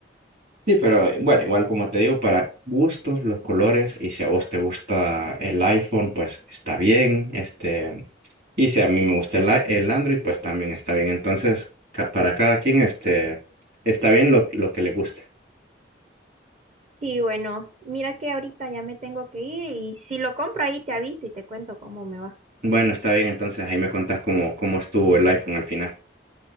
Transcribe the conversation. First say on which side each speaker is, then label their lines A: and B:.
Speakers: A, on the right; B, on the right.
A: Sí, pero eh, bueno, igual como te digo, para gustos, los colores, y si a vos te gusta el iPhone, pues está bien, este, y si a mí me gusta el, i- el Android, pues también está bien. Entonces, ca- para cada quien, este, está bien lo, lo que le guste.
B: Sí, bueno, mira que ahorita ya me tengo que ir y si lo compro ahí te aviso y te cuento cómo me va.
A: Bueno, está bien, entonces ahí me contás cómo, cómo estuvo el iPhone al final.